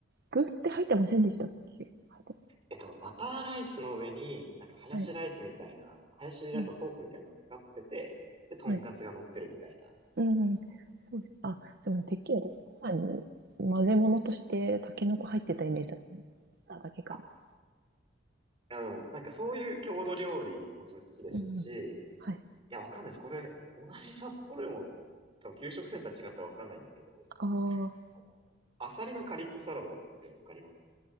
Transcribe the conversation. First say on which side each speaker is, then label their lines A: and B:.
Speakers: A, on the right (about 60°); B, on the right (about 30°).
A: 具って入ってませんでしたっけ入って
B: えっと、バターライスの上に、なんかハヤシライスみたいな、
A: ない。はい。
B: ハヤシライスのソースみたいなのがかかってて、
A: うん。
B: で、トンカツが乗ってるみたいな感じの。
A: はい。うんうん。そうですあ、すみません。てっきり私、ご飯に、その混ぜ物として、タケノコ入ってたイメージだったんですけど、バターだけかもし
B: あ、あの、なんかそういう郷土料理も自分好きでしたし、
A: れない。うんうん。はい。
B: いや、わかんないです。これ、同じ札幌でも、多分給食センター違ったらわかんないんですけど、
A: ああ、
B: あの、アサリのカリッとサラダってわかります